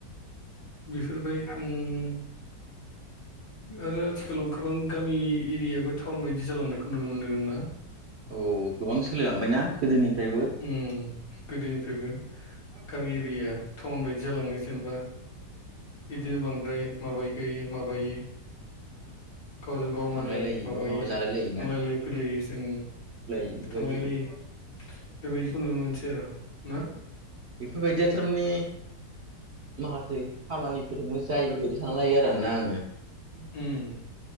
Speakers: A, on the left; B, on the right.
A: बेफोरबाय उम आरो आथिखालाव गोबां गामि एरियाबो टाउन बायदि जालांनायखौ नुनो मोनदों ना?
B: औ गोबां सोलिलांबायना गोदोनिफ्रायबो
A: उम गोदोनिफ्रायबो गामि एरियाया टाउन बायदि जालांनो जेनेबा बिदिनो बांद्राय माबाय गायो माबायो गावजों गाव
B: थांलाय
A: मा होनो
B: लायि
A: माबायो
B: बा माबा जालाय लायोना
A: थांलायलाय फैलायै जों
B: लायि बेबायदि
A: थांलायलायो। बेफोरबायदिखौ नुनो मोनसै आरो ना!
B: बेफोरबायदिया थारमानि माखासे खामानिफोरजोंबो जायो बायदि सानना लायो आरोना आङो
A: उम।